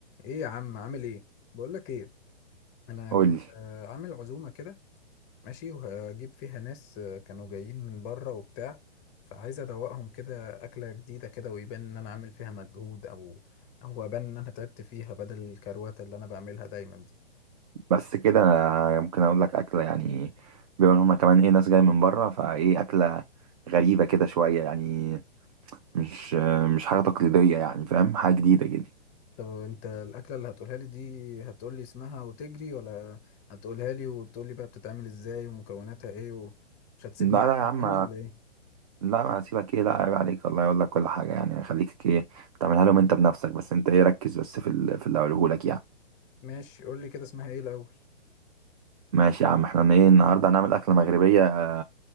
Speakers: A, on the left; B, on the right.
A: ايه يا عم عامل ايه بقول لك ايه انا
B: قول
A: كنت آه، عامل عزومه كده ماشي وهجيب فيها ناس آه، كانوا جايين من بره وبتاع فعايز ادوقهم كده اكله جديده كده ويبان ان انا عامل فيها مجهود او او ابان ان انا تعبت فيها بدل الكروته اللي انا بعملها دايما دي
B: بس كده انا ممكن اقول لك اكله يعني بما ان هما كمان ايه ناس جايه من بره فايه اكله غريبه كده شويه يعني مش مش حاجه تقليديه يعني فاهم حاجه جديده كده
A: طب انت الاكله اللي هتقولها لي دي هتقول لي اسمها وتجري ولا هتقولها لي وتقول لي بقى بتتعمل ازاي ومكوناتها ايه ومش هتسيبني
B: لا
A: عادي
B: لا يا عم
A: يعني ولا ايه
B: لا ما هسيبك ايه لا عيب عليك الله يقول لك كل حاجه يعني خليك ايه تعملها لهم انت بنفسك بس انت ايه ركز بس في ال- في اللي هقوله لك يعني
A: ماشي قول لي كده اسمها ايه الاول
B: ماشي يا عم احنا ايه النهارده هنعمل اكله مغربيه